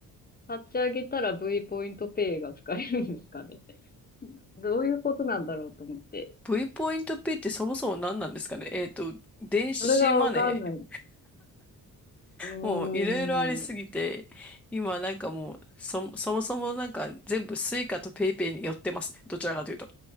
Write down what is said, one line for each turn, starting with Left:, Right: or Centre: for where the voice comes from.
Left: 立ち上げたら V ポイントペイが使えるんですかね。<laughs> どういうことなんだろうと思って。
Centre: イ、V ポイントペイってそもそも何なんですかねえっと、電子マネー。
Left: それがわかんない。うーん。
Centre: もういろいろありすぎて、今なんかもう、そ、そもそもなんか全部スイカとペイペイに寄ってますね。どちらかというと。